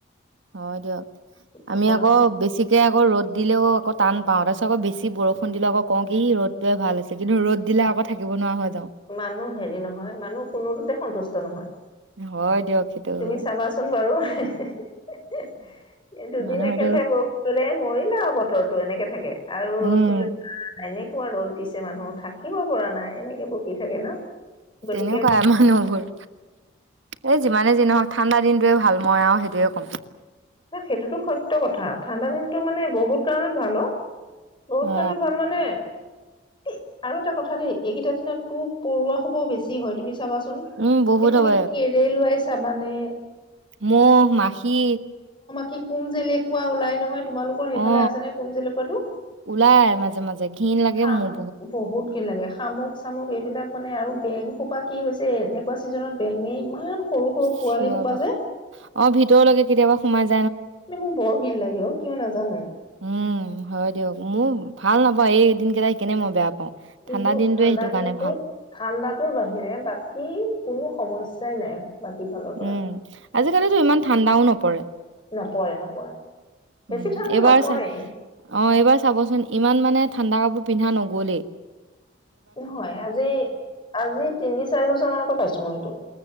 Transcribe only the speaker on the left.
কি কবা
আৰু
মানুহ হেৰি নহয় মানুহ কোনোটোতে সন্তুষ্ট নহয়
তুমি
চাবাচোন বাৰু হে হে হে দুদিন
একেলাথাৰিয়ে বৰষুণ দিলে কৰিলে আৰু বতৰটো এনেকে থাকে আৰু
ৰ'দ দিলো নাই ন পোৱা ৰ'দ দিছে মানুহ থাকিব পৰা নাই এনেকে বকি থাকে ন গতিকে
সম-
সেইটোত সত্য কথা ঠাণ্ডা দিনটো মানে বহুত কাৰণত ভাল অ বহুত
কাৰণে ভাল মানে এ আৰু এটা কথা দেই এইকেইটা দিনত পোক পৰুৱা সমহ বেছি হয় তুমি চাবাচোন
এই তুমি
কি ৰে'ল ওৱাইছ চাবানে
কি কোম জেলেকোৱা ওলাই নহয় তোমালোকৰ সেইফালে
আছে নে কুম জেলেকোৱাটো
হাম
বহুত ঘিন লাগে শামুক চামুক এইবিলাক মানে আৰু বেংসোপা কি হৈছে এনেকুৱা ছিজনত বেঙে ইমান সৰু সৰু
পোৱালি সোপা
যে
মোৰ বৰ ঘিৰ লাগে অ কিয় নাজানো
কিন্তু
ঠাণ্ডা
দিনটোত
ঠাণ্ডাৰ বাহিৰে বাকী কোনো সমস্যাই নাই বাকী ফালৰ পৰা
ৰে নপৰে বেছি
ঠাণ্ডা
নপৰেই
নহয় আজি আজি তিনি চাৰি বছৰ মানৰ পৰা পাইছো মই এইটো